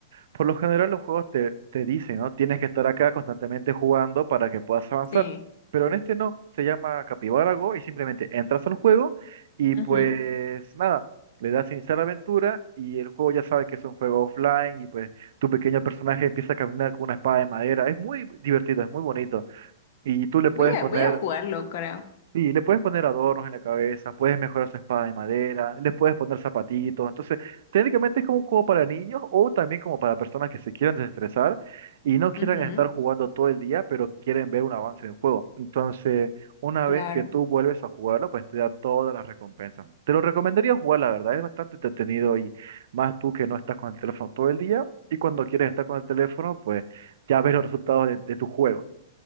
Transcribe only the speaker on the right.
Por lo general los juegos te, te dicen, ¿no? Tienes que estar acá constantemente jugando para que puedas avanzar.
Pero en este no, se llama Capybara Go y simplemente entras al juego y
pues nada, le das iniciar aventura y el juego ya sabe que es un juego offline y pues tu pequeño personaje empieza a caminar con una espada de madera. Es muy divertido, es muy bonito. Y tú le puedes
poner
Sí, le puedes poner adornos en la cabeza, puedes mejorar su espada de madera, les puedes poner zapatitos. Entonces, técnicamente es como un juego para niños o también como para personas que se quieran desestresar y no quieran
estar jugando todo el día, pero quieren ver un avance en el juego. Entonces, una
vez que tú vuelves a jugarlo, pues te da todas las recompensas. Te lo recomendaría jugar, la verdad, es bastante entretenido y más tú que no estás con el teléfono todo el día y cuando quieres estar con el teléfono, pues ya ves los resultados de, de tu juego.